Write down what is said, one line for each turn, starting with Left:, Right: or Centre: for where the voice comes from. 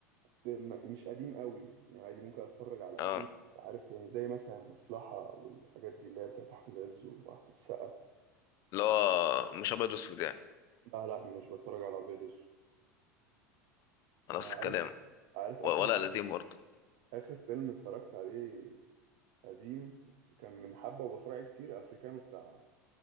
Right: ما- مش قديم قوي يعني يعني عادي ممكن اتفرج على
Left: اه
Right: قديم بس عارف يعني زي مثلا المصلحه والحاجات دي اللي هي بتاعت احمد عز واحمد السقا
Left: اللي هو مش ابيض واسود يعني
Right: لا لا مش بتفرج على ابيض اسود
Left: نفس
Right: عارف
Left: الكلام
Right: عارف
Left: و-
Right: اخر
Left: ولا القديم برضه
Right: اخر فيلم اتفرجت عليه قديم كان من حبه وبتفرج عليه كتير افريكانو بتاع